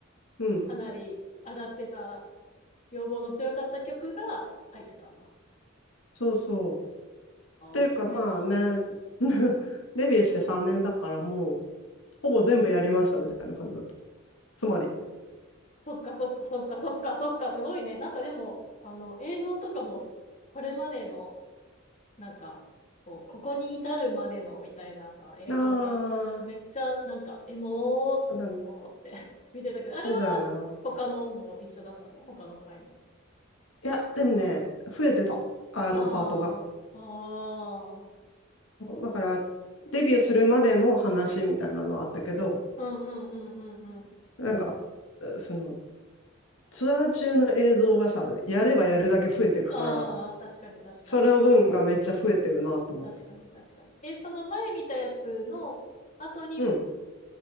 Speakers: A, on the left (about 80°); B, on the left (about 35°).
A: う。うん、
B: かなり上がってた、要望の強かった曲が入ってたんだ。
A: そうそう。というかまあね、
B: わー、それは。
A: <laughs> デビューして3年だからもう、ほぼ全部やりましたみたいな感じだった。つまり。
B: そっかそっかそっかそっかそっか、すごいね。なんかでも、あの、映像とかも、これまでのなんか、こう、ここに至るまでのみたいなさ、映像が、
A: ああ、
B: めっちゃ、なんか、エモーっと思って
A: そうだね
B: <laughs> 見てたけど、あれは、
A: そうだよな。
B: 他のも一緒だったの他の回も。
A: いや、でもね、増えてた。あのパートが。
B: ああ、ああ、
A: だから、デビューするまでの話みたいなのはあったけど、
B: うんうんうんうんうん。
A: なんか、その、ツアー中の映像はさ、やればやるだけ増えていくから、
B: ああ、確かに確かに。
A: それの分がめっちゃ増えてるなと思った。
B: 確かに確かに。え、その前見たやつの後に、
A: うん。